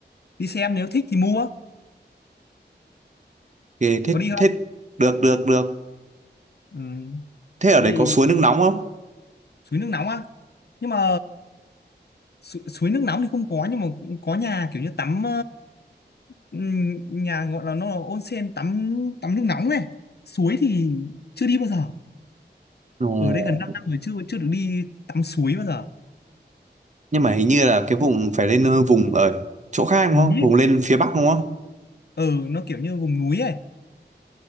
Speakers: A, on the left; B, on the right.
A: đi xem nếu thích thì mua
B: thì thế
A: có đi không
B: thế được được được
A: ừ.
B: thế ở
A: thế
B: đấy
A: thì
B: có suối nước nóng không
A: suối nước nóng á nhưng mà su suối nước nóng thì không có nhưng mà có nhà kiểu như tắm Ừm, nhà gọi là nó là onsen tắm tắm nước nóng này suối thì chưa đi bao giờ
B: Ồ,
A: ở đây gần 5 năm rồi chưa chưa được đi tắm suối bao giờ
B: nhưng mà hình như là cái vùng phải lên ờ, vùng ở chỗ khác đúng
A: núi
B: không vùng
A: ấy.
B: lên phía bắc đúng không
A: ờ nó kiểu như vùng núi ấy